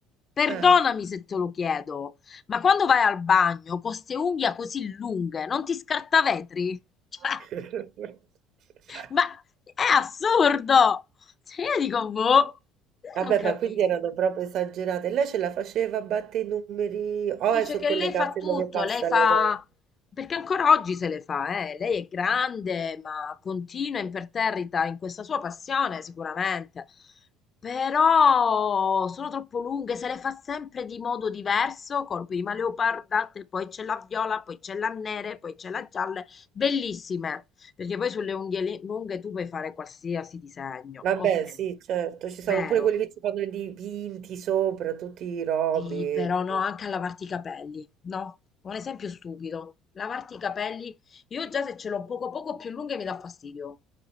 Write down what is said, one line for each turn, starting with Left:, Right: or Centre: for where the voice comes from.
Left: Perdonami
Right: Eh.
Left: se te lo chiedo, ma quando vai al bagno con queste unghie così lunghe, non ti scartavetri? <laughs>
Right: <laughs>
Left: Cioè, ma è assurdo! Cioè, io dico, boh, io
Right: Vabbè,
Left: non capisco.
Right: ma quindi erano proprio esagerate. Lei ce la faceva a battere i numeri, o
Left: Dice
Right: è su
Left: che
Right: quelle
Left: lei
Right: casse
Left: fa tutto,
Right: dove passa
Left: lei fa...
Right: le robe?
Left: perché ancora oggi se le fa, eh. Lei è grande, ma continua imperterrita in questa sua passione, sicuramente. Però sono troppo lunghe, se le fa sempre di modo diverso, con prima leoparda, te- poi c'è la viola, poi c'è la nera, poi c'è la gialla, bellissime, perché poi sulle unghie li- lunghe tu puoi fare qualsiasi disegno,
Right: Vabbè,
Left: ok,
Right: sì, certo, ci sono
Left: vero.
Right: pure quelli che ci fanno i dipinti sopra, tutti i robi.
Left: Sì, però
Right: tipo.
Left: no, anche a lavarti i capelli, no? Un esempio stupido. Lavarti i capelli, io già se ce l'ho poco poco più lunghe mi dà fastidio.